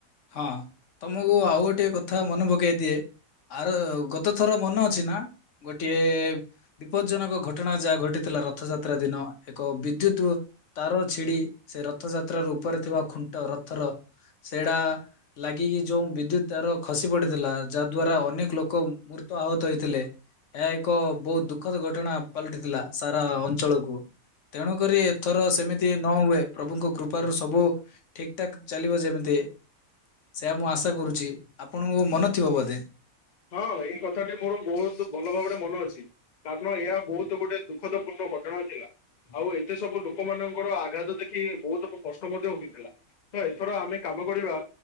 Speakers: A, on the left (about 65°); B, on the left (about 40°).
A: ହଁ ତମକୁ ଆଉ ଗୋଟେ କଥା ମନେ ପକେଇ ଦିଏ। ଆର ଗତ ଥର ମନେ ଅଛି ନା ଗୋଟିଏ ବିପଦଜନକ ଘଟଣା ଯାହା ଘଟିଥିଲା। ରଥଯାତ୍ରା ଦିନ ଏକ ବିଦ୍ୟୁତ୍ ତାର ଛିଡି ସେ ରଥଯାତ୍ରାର ଉପରେ ଥିବା କୁଣ୍ଟ୍ ରଥର ସେଇଡା ଲାଗିକି ଯୋଉ ବିଦ୍ୟୁତ ତାର ଖସି ପଡିଥିଲା ଯାହା ଦ୍ଵାରା ଅନେକ୍ ଲୋକ ମୃତ ଆହତ ହେଇଥିଲେ। ଏହା ଏକ ବହୁତ ଦୁଃଖଦ ଘଟଣା ପାଲଟିଥିଲା ସାରା ଅଞ୍ଚଳକୁ। ତେଣୁକରି ଏଥର ସେମିତି ନ ହୁଏ ପ୍ରଭୁଙ୍କ କୃପାରୁ ସବୁ ଠିକ୍ ଠାକ୍ ଚାଲିବ ଯେମିତି। ସେଇୟା ମୁଁ ଆଶା କରୁଛି ଆପଣଙ୍କୁ ମନ ଥିବ ବୋଧେ।
B: ହଁ ଏଇ କଥାଟି ମୋର ବହୁତ ଭଲ ଭାବରେ ମନେ ଅଛି। କାରଣ ଏହା ବହୁତ ଗୋଟେ ଦୁଃଖଦ ପୂର୍ଣ୍ଣ ଘଟଣା ଥିଲା। ଆଉ ଏତେ ସବୁ ଲୋକମାନଙ୍କର ଆଘାତ ଦେଖି ବହୁତ କଷ୍ଟ ମଧ୍ୟ ଉଠିଥିଲା। ତ ଏଥର ଆମେ କାମ କରିବା।